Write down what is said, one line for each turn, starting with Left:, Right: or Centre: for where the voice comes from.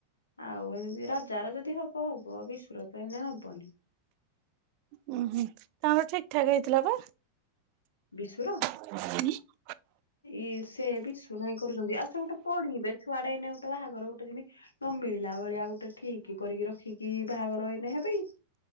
Left: ଆଉ ଏମିତି ରା ଜାର ଯଦି ହବ ହବ ବିଶୁ ର ତ ଏଇନେ ହବନି।
Right: ଉଁ ହୁଁ, ତାଙ୍କର ଠିକ୍ ଠାକ୍ ହେଇଥିଲା ପା?
Left: ବିଶୁର?
Right: <inaudible>
Left: ଇ ସେ ବିଶୁ ନାହିଁ କରୁଛନ୍ତି। ଆଉ ସେ ଗୋଟେ ପଢିବେ ଛୁଆଟେ ଏଇନେ ଗୋଟେ ବାହାଘର ଗୋଟେ ଯେମିତି ନ ମିଳିଲା ଭଳିଆ ଗୋଟେ ଠିଇକି କରିକି ରଖିକି ବାହାଘର ଏଇନେ ହେବେ।